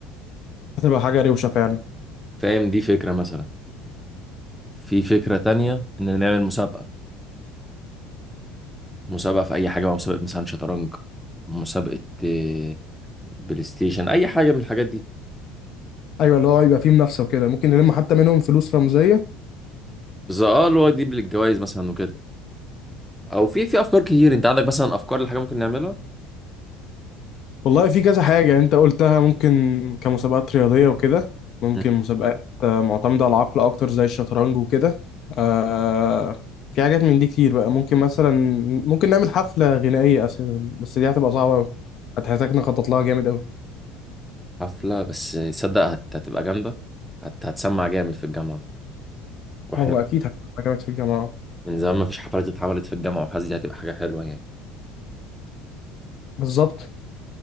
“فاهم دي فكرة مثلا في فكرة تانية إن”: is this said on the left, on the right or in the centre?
Centre